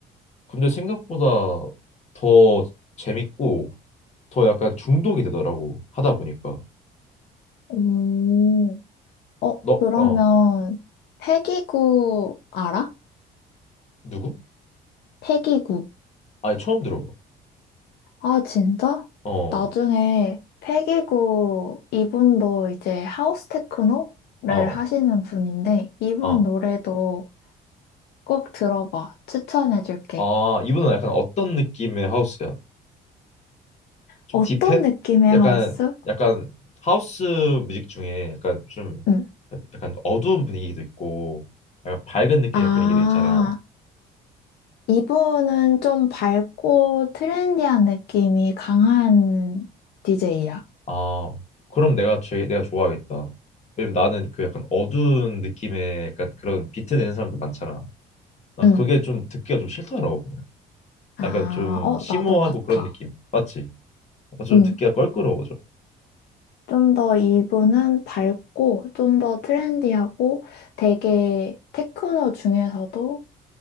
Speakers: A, on the left; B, on the left.
A: 근데 생각보다 더 재밌고 더 약간 중독이 되더라고 하다 보니까
B: 오, 어,
A: 너
B: 그러면
A: 어
B: 패기구 알아?
A: 누구?
B: 패기구.
A: 아니 처음 들어봐
B: 아, 진짜?
A: 어
B: 나중에 패기구 이분도 이제 하우스 테크노를
A: 어
B: 하시는 분인데 이분
A: 어
B: 노래도 꼭 들어봐. 추천해줄게.
A: 아 이분은 약간 어떤 느낌의 하우스야? 좀
B: 어떤
A: 딥해?
B: 느낌의
A: 약간
B: 하우스?
A: 약간 하우스 뮤직 중에 약간 좀
B: 응.
A: 약간 어두운 분위기도 있고 약간 밝은 느낌의
B: 아.
A: 분위기도 있잖아
B: 이분은 좀 밝고 트렌디한 느낌이 강한 DJ야.
A: 아 그럼 내가 제, 내가 좋아하겠다 왜냐면 나는 그 약간 어두운 느낌의 약간 그런 비트 내는 사람들 많잖아 나
B: 응.
A: 그게 좀 듣기가 좀 싫더라고
B: 아,
A: 약간 좀
B: 어,
A: 심오하고
B: 나도 같아.
A: 그런 느낌. 맞지? 어, 좀
B: 응.
A: 듣기가 껄끄러워져.
B: 좀 더 이분은 밝고 좀 더 트렌디하고 되게 테크노 중에서도